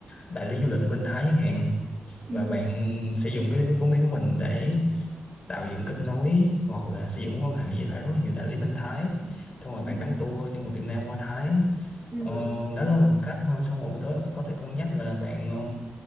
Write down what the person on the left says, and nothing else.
đại lý du lịch ở bên Thái chẳng hạn và
bạn sẽ dùng cái, cái vốn tiếng của mình để tạo dựng kết nối hoặc là sử dụng mối quan hệ với lại rất là nhiều đại lý bên Thái xong rồi
bạn bán tour cho người Việt Nam qua Thái
ờ, đó là một cách thôi xong rồi buổi tối bạn có thể cân nhắc là bạn ờ,